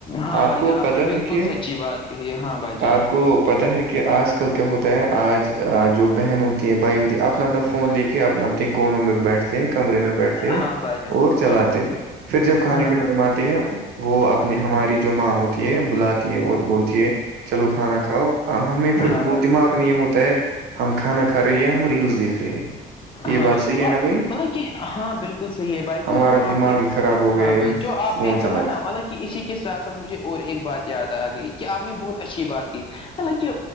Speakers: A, on the left; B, on the right.
A: ہاں
B: آپ
A: بھائی
B: کو
A: جان
B: پتا
A: نے
B: ہے
A: بالکل
B: کہ
A: سچی بات کہی ہے ہاں بھائی جان
B: آپ کو پتا ہے کہ آج ل کیا ہوتا ہے آج جو بہن ہوتی ہے بھائی ہوتی اپنا اپنا فون لے کے اپنے اپنے کونوں میں بیٹھتے کمرے میں بیٹھتے ہیں
A: ہاں بھائی جان
B: اور چلاتے
A: ہاں بھائی جان
B: پھر جب کھانے
A: ہاں
B: ک
A: بھائی
B: کماتے ہیں وہ اپنی ہماری جو ماں ہوتی ہے بلاتی ہے اور بولتی ہے چلو کھانا کھاؤ اب ہمیں پھر
A: ہاں
B: وہ
A: بھائی
B: دماغ
A: جان
B: نہیں ہوتا ہے ہم کھانا کھا رہے ہے ہم ریلس دیکھ رہے ہیں یہ
A: ہاں
B: بات
A: بھائی
B: صحیح
A: تو
B: ہے نا
A: مطلب
B: بھائی
A: کہ ہاں بالکل صحیح ہے بھائی
B: ہمارا
A: تو جو
B: دماغ
A: آپ نے
B: ہی خراب ہو گیا
A: ہاں
B: ہے
A: بھائی
B: ان
A: جو آپ
B: فون
A: نے
B: چلاتے
A: کہا نا مطلب کہ اسی کے ساتھ ساتھ مجھے اور ایک بات یاد آ گئی کہ آپ نے بہت اچھی بات کی مطلب کہ